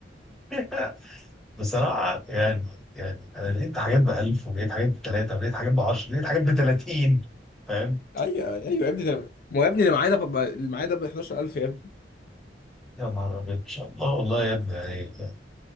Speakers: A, in the centre; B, on the left (about 50°).
A: <laughs> بصراحة يعني يعني أنا لقيت حاجات بألف ولقيت حاجات بتلاتة ولقيت حاجات بعشرة ولقيت حاجات بتلاتين فاهم؟
B: ايوه ايوه يا ابني ده ما هو يا ابني اللي معايا ده ب- اللي معايا ده ب 11000 يا ابني
A: يا نهار أبيض إن شاء الله والله يا ابني يعني